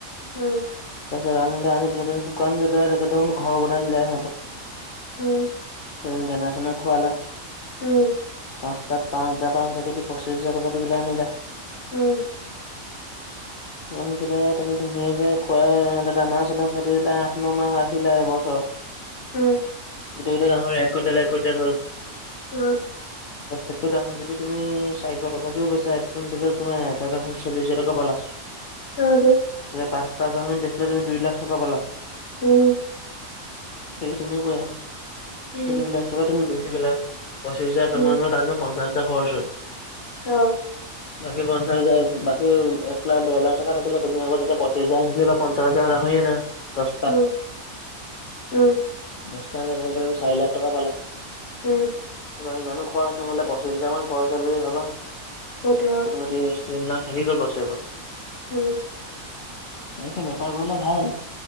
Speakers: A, on the left (about 50°); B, on the left (about 85°).
A: উম!
B: তাৰপিছত আনিলে, আনি পেলাই, তুমি শুকান জেগাত একদম ঘৰ বনাই দিলা এহঁতক।
A: উম!
B: এ, দেনা- চেনা খুৱালা?
A: উম!
B: পাঁচটাত পাঁচ হাজাৰ, পাঁচ হাজাৰকে দি পঁচিছ হাজাৰ টকা দি পেলাই আনিলে।
A: উম!
B: আনি পেলাই, তুমি ধুনীয়াকে খুৱাই, সিহঁতে দানা -চানা খাই থাকিবলে, আঠ, ন' মাহ ৰাখিলে এবছৰ।
A: উম!
B: গোটেইকেইটা গাহৰি এক কুইণ্টলে, এক কুইণ্টলে হ'ল।
A: উম!
B: <inaudible> প্ৰত্যেকটো গাাহৰি যদি তুমি, চাৰিশ টকাকেও বেচা? এক কুইণ্টেলত তোমাৰ, এটা গাহৰিত চল্লিছ হাজাৰ টকা পালা। <inaudible>
A: অ'! তো।
B: তাকে, পাঁচটা গাহৰি বেচিলে তুমি, দুই লাখ টকা পালা।
A: উম!
B: সেই তেনেকুৱাই আৰু।
A: উম
B: দুই লাখ টকা তুমি বেচি পেলাই পঁচিছ হাজাৰ
A: উম
B: <unintelligible> পঞ্চাশ হাজাৰ খৰচ হ'ল।
A: অ'!
B: বাকী, পঞ্চাশ হাজাৰ বাকী, এক লাখ, দেৰ লাখ টকা থাকিলে, তুমি আকৌ, তেতিয়া পইচা <unintelligible> পঞ্চাশ হাজাৰ গাহৰি আনা দহটা?
A: উম উম
B: দহটা গাহৰি কাৰনে, তুমি চাৰি লাখ টকা পালা।
A: উম!
B: এইবাৰ ইমানো খৰচ নহ'লে, পঁচিছ হাজাৰ মান খৰচ হ'ল বুলি ভাবা!
A: সেইটোৱে
B: বাকী,
A: অ
B: তোমাৰ <unintelligible> তিন লাখ থাকি গ'ল, বছেৰেকত।
A: উম!
B: এনেকে বেপাৰ কৰিলে ভাল!